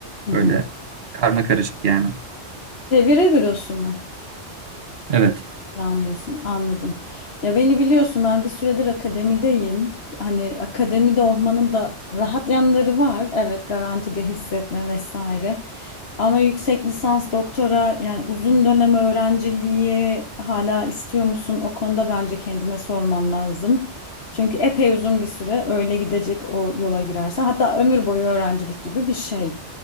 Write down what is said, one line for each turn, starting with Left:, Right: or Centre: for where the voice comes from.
Left: Hı hı.
Right: Böyle karma karışık yani.
Left: Çeviri bürosu mu?
Right: Evet.
Left: Planlıyorsun, anladım. Ya beni biliyorsun ben bir süredir akademideyim. Hani akademide olmanın da rahat yanları var. Evet, garantide hissetme vesaire. Ama yüksek lisans, doktora yani uzun dönem öğrenciliği hala istiyor musun? O konuda bence kendine sorman lazım. Çünkü epey uzun bir süre öyle gidecek o yola girersen. Hatta ömür boyu öğrencilik gibi bir şey.